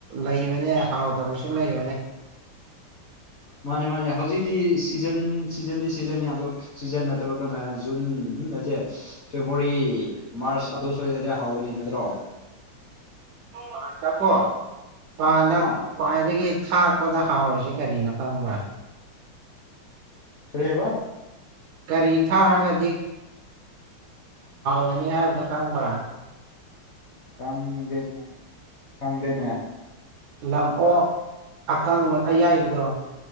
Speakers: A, on the right (about 75°); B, on the left (about 60°).
A: ꯂꯩꯕꯅꯦ ꯍꯥꯎꯗꯕꯁꯨ ꯂꯩꯕꯅꯦ
B: ꯃꯥꯅꯦ ꯃꯥꯅꯦ ꯍꯧꯖꯤꯛꯇꯤ ꯁꯤꯖꯟ ꯁꯤꯖꯟꯗꯤ ꯁꯤꯖꯟꯅꯅꯤ ꯑꯗꯣ ꯁꯤꯖꯟ ꯅꯠꯇꯕ ꯀꯩꯅꯣ ꯖꯨꯟ ꯅꯠꯇꯦ ꯐꯦꯕꯋꯥꯔꯤ ꯃꯥꯔꯆ ꯑꯗꯨ ꯁ꯭ꯋꯥꯗꯗꯤ ꯍꯧꯕꯅꯤ ꯗ꯭ꯔꯣ
A: ꯄꯥꯟꯗ ꯄꯣ ꯄꯥꯟꯗꯥ
B: ꯑꯥ
A: ꯀꯗꯒꯤ ꯊꯥꯛꯄꯗ ꯍꯥꯎꯔꯤꯁꯦ ꯀꯔꯤꯅꯣ ꯈꯪꯕ
B: ꯈꯔꯤ ꯍꯥꯏꯕ
A: ꯀꯔꯤ ꯊꯥꯔꯒꯗꯤꯅ꯫ ꯏꯒꯅꯤ ꯍꯥꯏ ꯗꯀꯥꯟ <unintelligible>
B: ꯈꯪꯗꯅ ꯈꯪꯗꯦꯅꯦ
A: ꯂꯥꯛꯑꯣ ꯑꯀꯪ ꯑꯌꯥꯏꯕꯗꯣ